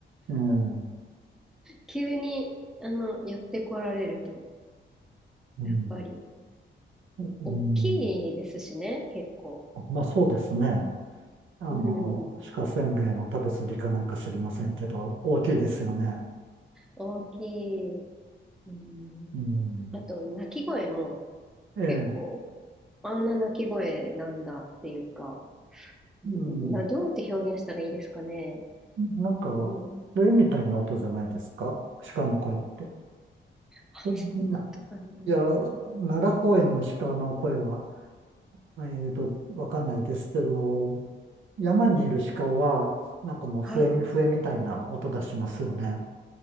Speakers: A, on the right (about 80°); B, in the centre.
A: ええ、う
B: 急に、あの、寄ってこられると、
A: ん、
B: やっぱり。
A: うん。
B: 大きいですしね、結構。
A: まあそうですね。あの、
B: うん。
A: 鹿せんべいの食べ過ぎかなんか知りませんけど、大きいですよね。
B: 大きい。うん。
A: うん。
B: あと、鳴き声も
A: ええ、
B: 結構、あんな鳴き声なんだっていうか、
A: うん。
B: んな、どうやって表現したらいいですかね。
A: なんか、
B: うん。
A: 笛みたいな音じゃないですか鹿の声って。
B: あ、
A: そんな、
B: そうだったかな。
A: いや、奈良公園の鹿の声は、えっと、わかんないですけど、山にいる鹿は、なんかもう笛み、
B: はい。
A: 笛みたいな音出しますよね。